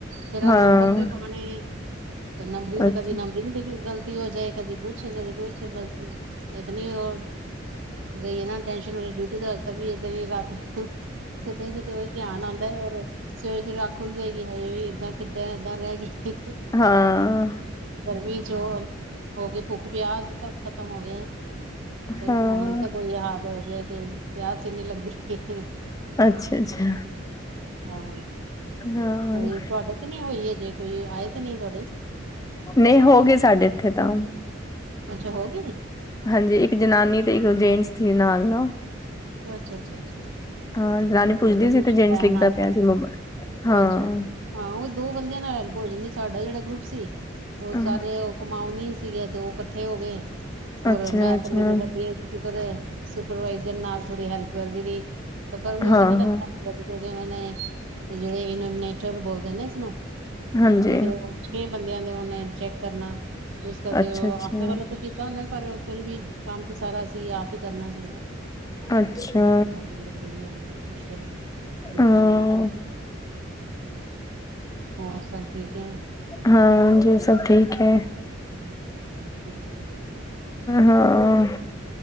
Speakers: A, on the right; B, on the left.
A: ਫੇਿਰ
B: ਹਾਂ
A: ਨੰਬਰ ਵੀ ਪਾਣੇ ਤੇ ਨੰਬਰਿੰਗ ਦਾ
B: ਅੱਛਾ
A: ਕਦੀ ਨੰਬਰਿੰ ਦੇ ਗੱਲ ੀ ਹੋ ਜਾਏ ਕਦੀ ਕੁਛ ਕਦੀ ਕੁਛ ਬਸ ਇਤਨੀ ਹੋ ਗਹੀਏ ਨਾ ਟੈਂਸ਼ਨ ਵਾਲੀ ਡਿਊਟੀ ਤੋਂ ਅੱਜ ਤੱਕ ਵੀ ਇ ਰਾ ਹ ਸੁਦੇ ਸੁਦੇ ਉਹੀ ਧਿਆਨ ਆਉਂਦਾ ਹੈ ਔਰ ਸਵੇਰੇ ਸਵੇਰੇ ਆਖੁੱਲ ਜਾਏਗੀ ਹਏ ਵੀ ੱਦਾਂ ਕਿੱਦਾਂ ਏਦਾਂ ਰਹਿ ਗਈ
B: ਹਾਂ
A: ਰ ਵੀ ਜੋ ਹੋ ਗ ਭੁ ਪਿਆਸ ਸਭ ਖ਼ਤਮ ਹੋ ਗਿਆਏ ਤੇ
B: ਹਾਂ
A: ਹਜੇ ਤ ਕੋਈ ਹਾਲ ਹੋ ਗਿਆ ਕਿ ਪਿਆਸ ਕਿੰਨੇ ਲੱਗੇ ਤੇ
B: ਅੱਛਾ ਅੱਛਾ
A: ਹਾਂ
B: ਹਾਂ
A: ਉ ਤੁਹਾਡੇ ਤੇ ਨੀ ਹੋਈ ਜੇ ਕੋਈ ਆਏ ਤੇ ਨੀ ਤੁਹਾਡੇ
B: ਨਹੀਂ ਹੋ ਗਏ ਸਾਡੇ ਇੱਥੇ ਤਮ
A: ਅੱਛਾ ਹੋ ਗ
B: ਹਾਂਜੀ ਇੱਕ ਜਨਾਨੀ ਤੇ ਇੱਕ ਜੇਂਟਸ ਸੀ ਨਾਲ ਨਾ
A: ਅੱਛਾ ਅੱਛਾ ਕਿ
B: ਹਾਂ ਜਨਾਨੀ
A: ਪਤਾ
B: ਪੁੱਛਦੀ ਸੀ
A: ਕੁਛ
B: ਤੇ ਜੇਂਟਸ
A: ਲੈਣ
B: ਲਿਖਦਾ
A: ਆਏ
B: ਪਿਆ
A: ਹੋਣ
B: ਸੀ ਮੋਬਾਈਲ। ਹਾਂ
A: ਅੱਛਾ ਹਾਂ ਉਹੀ ਦੋ ਬੰਦਿਆਂ ਨਾਲ ਭੋਜਨ ਸਾਡਾ ਜਿਹੜਾ ਗਰੁੱਪ ਸੀ ਬਹੁਤ
B: ਅਹ,
A: ਸਾਰੇ <unintelligible> ਸੀਗੇ ਅਤੇ ਉਹ ਇਕੱਠੇ ਹੋ ਗਏ ਹੋਰ
B: ਅੱਛਾ
A: ਮੈਂ
B: ਅੱਛਾ
A: ਇਕੱਲੇ ਤੇ ਕਰੀਏ ਸ਼ੁਕਰ ਸੁਪਰਵਾਈਜ਼ਰ ਨਾਲ ਥੋੜ੍ਹੀ ਹੈਲਪ ਕਰਦੀ ਪਈ ਤੇ ਫਿਰ ਵੀ
B: ਹਾਂ-ਹਾਂ,
A: ਉਹ ਕਿਥੇ ਤੱਕ ਹੈਲਪ ਕਰਦੀ ਕਿਉਂਕਿ ਉਹਨਾਂ ਨੇ ਜਿਹੜੇ ਇਨੋਮੀਨੇਟਰ ਬੋਲਦੇ ਨੇ ਇਸਨੂੰ
B: ਹਾਂਜੀ,
A: ਤੇ ਉਹ ਛੇ ਬੰਦਿਆਂ ਦੇ ਮੈਂ ਚੈੱਕ ਕਰਨਾ ਇਸ ਕਰਕੇ
B: ਅੱਛਾ-ਅੱਛਾ,
A: ਉਹ ਆਪਣੇ ਵੱਲੋਂ ਤਾਂ ਕੀਤਾ ਉਹਨੇ ਪਰ ਫੇਰ ਵੀ ਕੰਮ ਤੇ ਸਾਰਾ ਆਪ ਹੀ ਕਰਨਾ <unintelligible> ਹੂੰ
B: ਅੱਛਾ,
A: ਪਰੇ ਸ਼ਾਨੀ ਰਹੀ <unintelligible> <unintelligible> ਡਿਊਟੀ
B: ਹਾਂ,
A: ਹੋਰ ਸਭ ਠੀਕ ਹੈ
B: ਹਾਂਜੀ ਸਭ ਠੀਕ ਹੈ।
A: ਹੂੰ ਹੋਰ ਠੀਕ ਹੋਣਾ ਚਾਹੀਦਾ
B: ਹਾਂ,